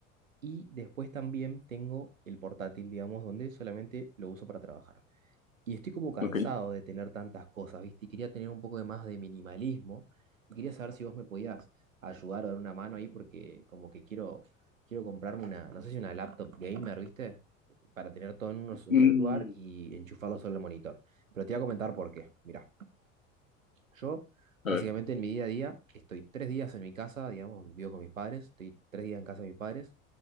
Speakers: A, on the right (about 75°); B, on the left (about 85°).
A: y después también tengo el portátil, digamos, donde solamente lo uso para trabajar. Y estoy como cansado
B: Ok.
A: de tener tantas cosas, ¿viste? Y quería tener un poco de más de minimalismo. Y quería saber si vos me podías ayudar o dar una mano ahí porque como que quiero, quiero comprarme una, no sé si una laptop gamer, ¿viste? Para tener todo en unos- un
B: Mm,
A: solo lugar y enchufarlo solo al monitor. Pero te voy a comentar por qué. Mirá. Yo, básicamente,
B: a ver,
A: en mi día a día, estoy tres días en mi casa, digamos, vivo con mis padres, estoy tres días en casa de mis padres,